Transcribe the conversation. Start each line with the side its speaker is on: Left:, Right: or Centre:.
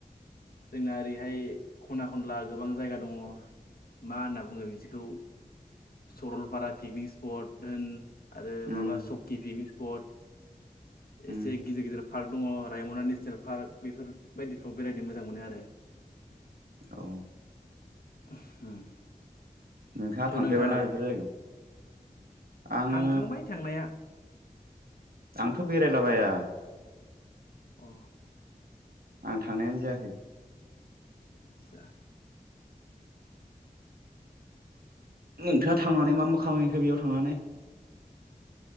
Left: जोंना ओरैहाय खना खनला गोबां जायगा दङ मा होनना बुङो बिदिखौ सरलपारा पिकनिक स्पट होन आरो माबा
Right: उम
Left: सकि पिकनिक स्पट
Right: उम
Left: एसे गिदिर गिदिर पार्क दङ रायमना नेसनेल पार्क बेफोर बायदिफ्राव बेरायनो मोजां मोनो आरो
Right: औ
Left: <unintelligible>
Right: नोंथाङा
Left: थ'
Right: थांफेरबायना
Left: नोंथाङालाय
Right: बेफोर जायगायाव आङो
Left: थांखांबाय थांनाया
Right: आंथ बेरायलाबाया
Left: औ
Right: आं थांनायानो जायाखै
Left: आतसा
Right: नोंथाङा थांनानै मा मा खामानिखो बेयाव थांनानै